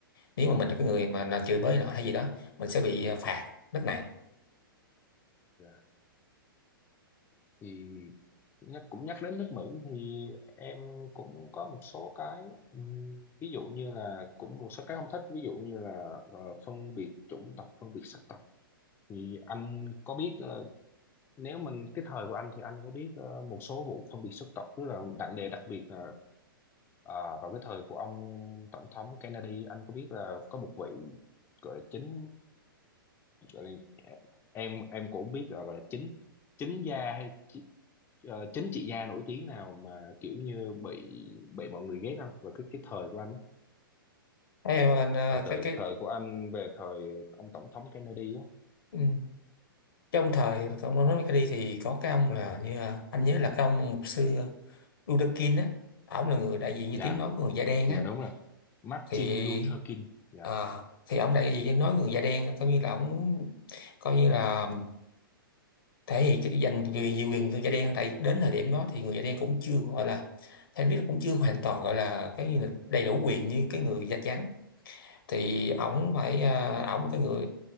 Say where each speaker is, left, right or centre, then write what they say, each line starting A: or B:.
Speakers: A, on the left (about 70°); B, on the left (about 20°).
A: nếu mà mình là cái người mà là chửi bới nọ hay gì đó mình sẽ bị ờ, phạt rất nặng
B: Dạ. thì nhắc cũng nhắc đến nước Mỹ thì em cũng có một số cái ừm, ví dụ như là cũng một số cái không thích ví dụ như là ờ, phân biệt chủng tộc phân biệt sắc tộc thì anh có biết ờ, nếu mình cái thời của anh thì anh có biết ờ, một số vụ phân biệt sắc tộc tức là nặng nề đặc biệt là Ờ, vào cái thời của ông tổng thống Kennedy anh có biết là có một vị gọi là chính gọi là, em em cũng không biết là gọi là chính chính gia hay chị- ờ, chính trị gia nổi tiếng nào mà kiểu như bị bị mọi người ghét không và cái cái thời của anh á
A: theo anh ờ,
B: và thời
A: cái cái
B: thời của anh về thời ông tổng thống Kennedy á
A: ừ, trong thời ông nói cái đi thì có cái ông là
B: dạ
A: như là- anh nhớ là cái ông mục sư Ludakin á ổng là người đại diện cho
B: dạ
A: tiếng nói của người da đen
B: dạ
A: á
B: đúng rồi Martin
A: thì
B: Luther King dạ
A: à, thì ông đại diện nói người da đen coi như là ông coi như là thể hiện chức dành nhiều, nhiều quyền người da đen tại đến thời điểm đó thì người da đen cũng chưa gọi là theo em biết là cũng chưa hoàn toàn gọi là cái như là đầy đủ quyền như cái người da trắng thì ổng phải à, ổng là cái người